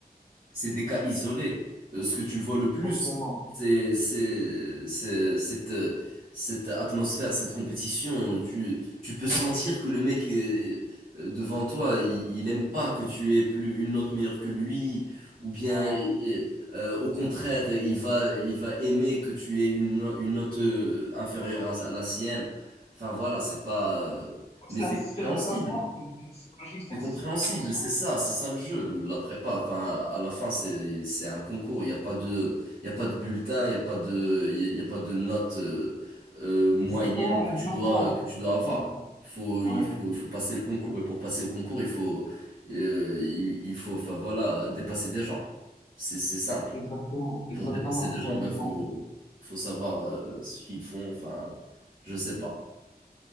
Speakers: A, on the right; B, on the left.
A: C'est des cas isolés. Euh, ce que tu vois le plus,
B: exactement.
A: c'est c'est c'est cette euh, cette atmosphère, cette compétition. Tu tu peux sentir que le mec euh, euh, devant toi, il, il aime pas que tu aies plus une note meilleure que lui, ou bien
B: Ouais.
A: euh, euh, au contraire, il va il va aimer que tu aies une no- une note euh, inférieure à, à la sienne. Enfin voilà, c'est pas. euh,
B: C'est
A: Mais c'est
B: un système
A: compréhensible.
B: de classement, c'est c'est- c'est logique, c'est
A: C'est
B: un
A: compréhensible,
B: système de classement.
A: c'est ça, c'est ça le jeu, la prépa. Enfin, à la fin, c'est c'est un concours. Il y a pas de il y a pas de bulletin, il y a pas de il y a, il y a pas de note euh, euh, moyenne
B: Exactement, il
A: que
B: y a
A: tu
B: un classement.
A: dois que tu dois avoir.
B: Ouais,
A: Il faut
B: ouais,
A: il faut il faut passer le concours et pour passer le concours, il faut euh, il, il faut enfin voilà dépasser des gens. C'est c'est simple.
B: exactement,
A: Et
B: exactement,
A: pour dépasser
B: c'est
A: des gens,
B: un
A: ben
B: but
A: faut
B: en fait.
A: faut savoir euh, ce qu'ils font. Enfin, je sais pas.